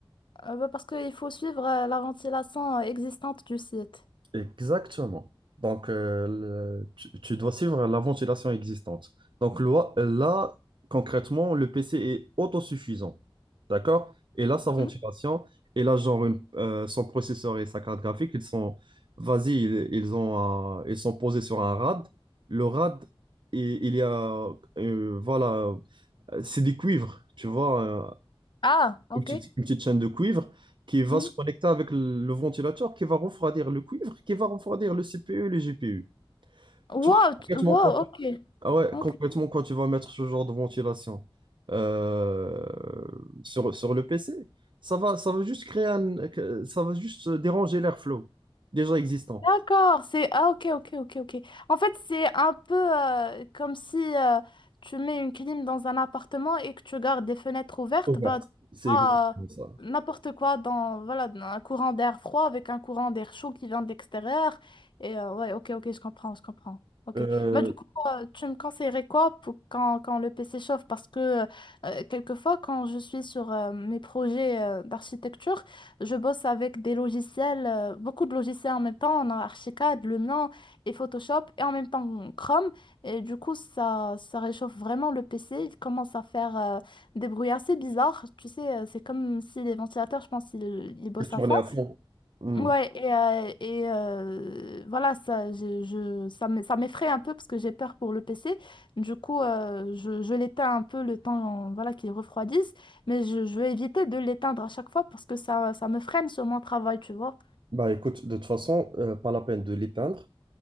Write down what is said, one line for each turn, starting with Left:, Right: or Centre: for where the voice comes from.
Left: Euh, bah, parce qu'il faut suivre euh, la ventilation euh, existante du site.
Right: Exactement. Donc, euh, le- tu, tu dois suivre la ventilation existante. Donc, loi- là, concrètement, le PC est autosuffisant. D'accord? Et là, sa ventilation,
Left: Mhm.
Right: et là, genre, une- euh, son processeur et sa carte graphique, ils sont, vas-y, ils, ils ont un- ils sont posés sur un RAD. Le RAD, i- il, y a, euh, voilà, euh, c'est du cuivre, tu vois. euh,
Left: Ah, ok.
Right: une petite, une petite chaîne de cuivre qui va
Left: Mhm.
Right: se connecter avec le, le ventilateur, qui va refroidir le cuivre, qui va refroidir le CPU et les GPU.
Left: Wow,
Right: Toi, concrètement,
Left: t- wow,
Right: quand tu,
Left: ok.
Right: ah ouais,
Left: Ok,
Right: concrètement, quand tu vas mettre ce genre de ventilation euh, sur, sur le PC, ça va, ça va juste créer un, que- ça va juste déranger l'airflow déjà existant.
Left: D'accord, c'est... Ah ok, ok, ok, ok. En fait, c'est un peu euh, comme si euh, tu mets une clim dans un appartement et que tu gardes des fenêtres ouvertes,
Right: Ouverte.
Left: bah,
Right: C'est exactement
Left: ah
Right: ça.
Left: n'importe quoi dans, voilà, dans un courant d'air froid avec un courant d'air chaud qui vient de l'extérieur. Et euh, ouais, ok, ok, je comprends, je comprends. Ok.
Right: Euh,
Left: Bah, du coup, euh, tu me conseillerais quoi pour quand, quand le PC chauffe? Parce que euh, quelquefois, quand je suis sur euh, mes projets euh, d'architecture, je bosse avec des logiciels, euh, beaucoup de logiciels en même temps. On a Archicad, Lumion et Photoshop et en même temps Chrome. Et du coup, ça, ça réchauffe vraiment le PC. Il commence à faire euh, des bruits assez bizarres. Tu sais, euh, c'est comme si les ventilateurs, je pense, ils, ils bossent
Right: et tourner
Left: à fond.
Right: à fond. Hmm.
Left: Ouais, et, euh, et euh, voilà, ça, je, je- ça me- ça m'effraie un peu parce que j'ai peur pour le PC. Du coup, euh, je, je l'éteins un peu le temps voilà, qu'il refroidisse, mais je, je vais éviter de l'éteindre à chaque fois parce que ça, ça me freine sur mon travail, tu vois.
Right: Bah écoute, de toute façon, euh, pas la peine de l'éteindre